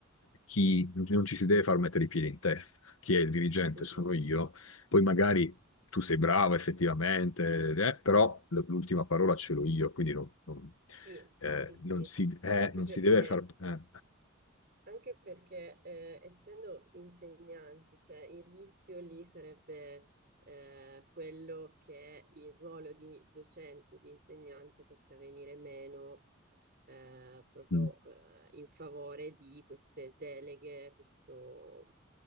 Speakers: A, on the left (about 85°); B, on the right (about 50°).
A: chi non ci si deve far mettere i piedi in testa, chi è il dirigente
B: Mhm.
A: sono io, poi magari tu sei bravo effettivamente, eh, però l- l'ultima parola ce l'ho io, quindi non, non-
B: Sì,
A: eh,
B: sì, sì,
A: non si, eh,
B: anche
A: non
B: perché,
A: si deve far... eh,
B: anche perché, eh, essendo insegnanti, cioè il rischio lì sarebbe eh, quello che il ruolo di docente, di insegnante possa venire meno eh, proprio
A: Mm.
B: eh, in favore di queste deleghe, questo,